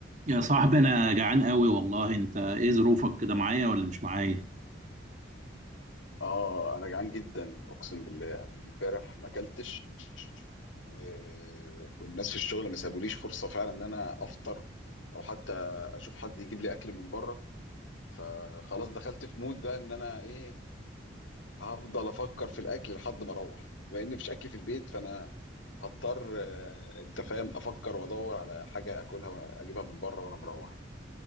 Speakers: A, on the right (about 40°); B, on the left (about 75°).
A: يا صاحبي انا جعان قوي والله انت ايه ظروفك كده معايا ولا مش معايا
B: اه انا جعان جدا اقسم بالله انا من امبارح ما اكلتش و... والناس في الشغل ما سابوليش فرصه فعلا ان انا افطر او حتى اشوف حد يجيب لي اكل من بره فخلاص دخلت في مود بقى ان انا ايه هفضل افكر في الاكل لحد ما اروح بما ان مفيش اكل في البيت فانا هضطر آه، انت فاهم افكر وادور على حاجه اكلها واجيبها من بره وانا مروح